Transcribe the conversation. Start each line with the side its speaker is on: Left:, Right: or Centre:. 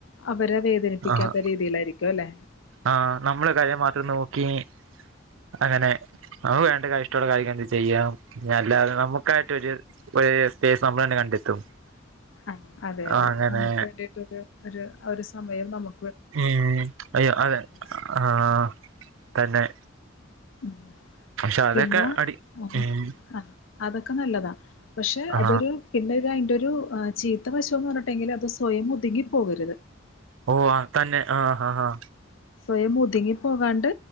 Left: അവരെ വേദനിപ്പിക്കാത്ത
Right: ആഹ്
Left: രീതിയിലായി ക്യോല്ലേ
Right: ആഹ് നമ്മള കാര്യം മാത്രം നോക്കിനി അങ്ങനെ <unintelligible> എന്ത ചെയ്യാ ഞല്ലാതെ നമുക്കായിട്ട് ഒരു <unintelligible> നമ്മളന്നെ കണ്ടെത്തും
Left: ആഹ് അതെ അതെ
Right: അങ്ങനെ
Left: നമുക്ക് വേണ്ടിട്ടോരു ഒരു ഒരു സമയം നമു
Right: ഉം അയ്യോ അതെ
Left: ശ്രമിക്കണം
Right: ആഹ് തന്നെ
Left: ഉം
Right: പക്ഷെ അതൊക്കെ
Left: പിന്നാ
Right: അടി
Left: <unintelligible>
Right: ഉം
Left: അതൊക്കെ നല്ലതാ പക്ഷെ
Right: ആ
Left: അതൊരു പിന്നെ ഇത് അയിന്റൊരു ചീത്ത വശംന്ന് പറഞ്ഞിട്ടെങ്കിലും അത് സ്വയം ഒതുങ്ങി പോകര്ത്
Right: ഓഹ് ആഹ് തന്നെ ആഹ് ആഹ്
Left: സ്വയം ഒത്ങ്ങി പോകാണ്ട്